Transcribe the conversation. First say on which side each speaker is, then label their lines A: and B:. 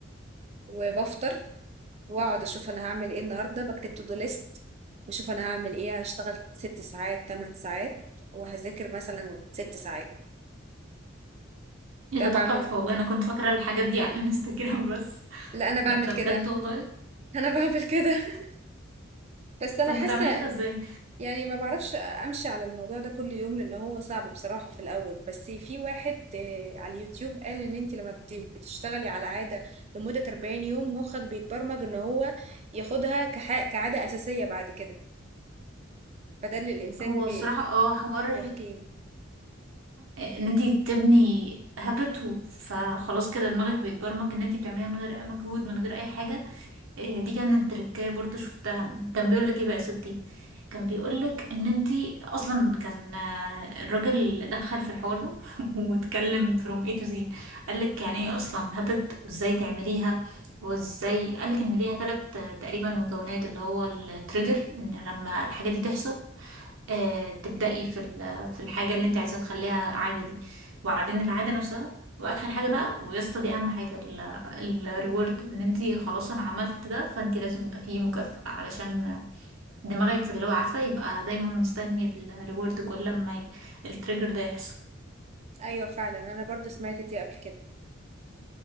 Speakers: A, on the right; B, on the right.
A: وبفطر واقعد اشوف انا هعمل ايه النهارده بكتب تو دو ليست واشوف انا هعمل ايه هشتغل ست ساعات تمن ساعات وهذاكر مثلا ست ساعات
B: ايه
A: ده
B: ده
A: بعمل
B: طب تحفة والله انا كنت فاكرة الحاجات دي على الانستجرام <laughs> بس
A: لا انا بعمل
B: ده ده
A: كده
B: بجد والله
A: <laughs> انا بعمل كده <laughs> بس انا
B: طب
A: حاسه
B: بتعملي كده ازاي
A: يعني ما بعرفش امشي على الموضوع ده كل يوم لان هو صعب بصراحه في الاول بس في واحد آه، على اليوتيوب قال ان انت لما بت- بتشتغلي على عاده لمده 40 يوم مخك بيتبرمج ان هو ياخدها كح- كعاده اساسيه بعد كده فده اللي الانسان
B: هو
A: بي-
B: الصراحة اه حوار
A: بيحكيه
B: ان انت تبني هابت و- فخلاص كده دماغك بيتبرمج ان انت بتعمليها من غير اي مجهود من غير اي حاجه آه، دي كانت تركايه برضو شفتها كان بيقول لك ايه بقى يا ستي كان بيقول لك ان انت اصلا كان آه، الراجل دخل في الحوار ده <laughs> واتكلم from A to Z قال لك يعني ايه اصلا هابت وازاي تعمليها وازاي قال لك ان ليها ثلاث تقريبا مكونات اللي هو التريجر ان لما الحاجه دي تحصل آه، تبدأي في ال- في الحاجة اللي انت عايزة تخليها عادة دي وبعدين العادة نفسها واخر حاجة بقى ويا اسطى دي اهم حاجة الريورد ان انت خلاص انا عملت ده فانت لازم يبقى فيه مكافأة علشان دماغك اللي هو عارفة يبقى دايما مستني الريورد كل ما التريجر ده يحصل
A: ايوه فعلا انا برضو سمعت دي قبل كده